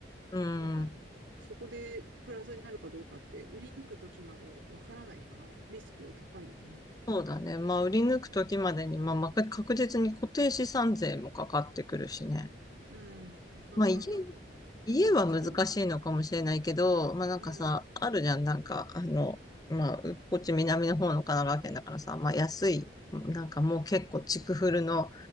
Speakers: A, on the left; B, on the right.
A: うん。
B: なんか、そこでプラスになるかどうかって、売り抜くときまでわからないから、リスクは高いよね。
A: そうだね。まあ売り抜くときまでに、まあまあ確実に固定資産税もかかってくるしね。
B: うん。まあ、
A: まあ家、
B: だからなんだろ
A: 家は難しいのかもしれないけど、
B: う。将来、
A: まあなんかさ、
B: うん。
A: あるじゃん、なんか、あの、まあ、うこっち南の方の神奈川県だからさ、まあ安い、なんかもう結構築古の